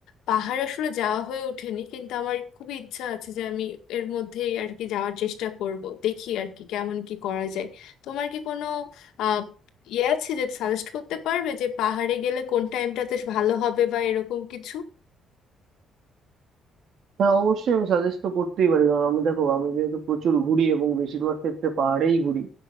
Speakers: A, on the left; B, on the right.
A: পাহাড় আসলে যাওয়া হয়ে ওঠেনি কিন্তু আমার খুবই ইচ্ছা আছে যে আমি এর মধ্যেই আর কি যাওয়ার চেষ্টা করব দেখি আর কি কেমন কি করা যায় তোমার কি কোনো আহ ইয়ে আছে যে সাজেস্ট করতে পারবে যে পাহাড়ে গেলে কোন টাইমটাতে ভালো হবে বা এরকম কিছু
B: হ্যাঁ অবশ্যই আমি সাজেস্ট তো করতেই পারি কারণ আমি দেখো আমি যেহেতু প্রচুর ঘুরি এবং বেশিরভাগ ক্ষেত্রে পাহাড়েই ঘুরি